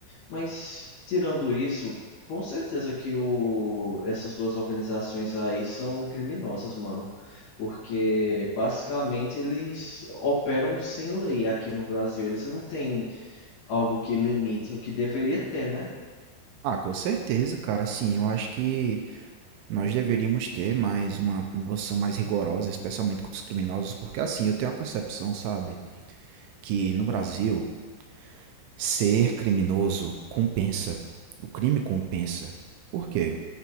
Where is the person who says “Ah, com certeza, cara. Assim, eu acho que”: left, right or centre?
Right